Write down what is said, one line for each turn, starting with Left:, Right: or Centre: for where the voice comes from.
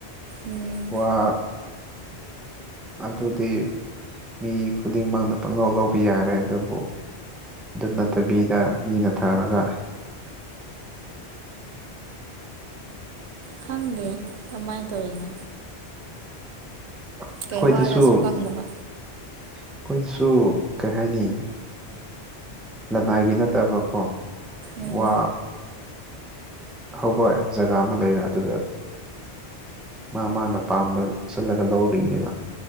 Right: ꯎꯝ
Centre: ꯋꯥ ꯑꯗꯨꯗꯤ ꯃꯤ ꯈꯨꯗꯤꯡꯃꯛꯅ ꯄꯪꯅꯧ ꯂꯧꯕ ꯌꯥꯔꯦ ꯑꯗꯨꯕꯨ ꯑꯗꯨ ꯅꯠꯇꯕꯤꯗ ꯃꯤꯅ ꯊꯥꯔꯒ
Right: ꯈꯪꯗꯦ ꯀꯃꯥꯏ ꯇꯧꯔꯤꯅꯣ
Centre: ꯑꯩꯈꯣꯏꯗꯁꯨ
Right: ꯀꯩ ꯋꯥꯔꯁꯨ ꯈꯪꯗꯕ
Centre: ꯑꯩꯈꯣꯏꯗꯁꯨ ꯀꯩ ꯍꯥꯏꯅꯤ ꯂꯅꯥꯏꯒꯤ ꯅꯠꯇꯕꯀꯣ
Right: ꯎꯝ
Centre: ꯋꯥ ꯍꯧꯕ ꯌꯥꯝ ꯖꯒꯥ ꯑꯃ ꯂꯩꯕ ꯑꯗꯨꯗ ꯃꯥ ꯃꯥꯅ ꯄꯥꯝꯕ ꯆꯠꯂꯒ ꯂꯧꯔꯔꯤꯏꯅꯦꯕ